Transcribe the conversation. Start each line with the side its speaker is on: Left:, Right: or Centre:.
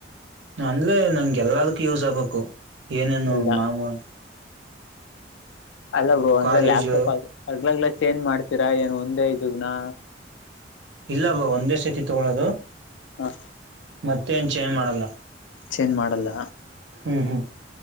Right: ಅಂದ್ರೆ ನಂಗೆ ಎಲ್ಲದಕ್ಕೂ ಯೂಸ್ ಆಗ್ಬೇಕು ಏನೇನು
Left: ಇಲ್ಲ
Right: ಮಾಮೂ
Left: ಅಲ್ಲ ಬ್ರರು ಅಂದ್ರೆ
Right: ಕಾಲೇಜು
Left: ಲ್ಯಾಪ್ಟಾಪ್ ಆಗ್ ಹಗ್ಲಗ್ ಚೇಂಜ್ ಮಾಡ್ತೀರಾ ಏನ್ ಒಂದೇ ಇದಗ್ನಾ
Right: ಇಲ್ಲ ಬ ಒಂದೇ ಸತಿ ತಗಳೋದು
Left: ಹಾ
Right: ಮತ್ತೆ ಅನ್ಚೇಂಜ್ ಮಾಡಲ್ಲ
Left: ಚೇಂಜ್ ಮಾಡಲ್ಲ
Right: ಹ್ಮ್ ಹ್ಮ್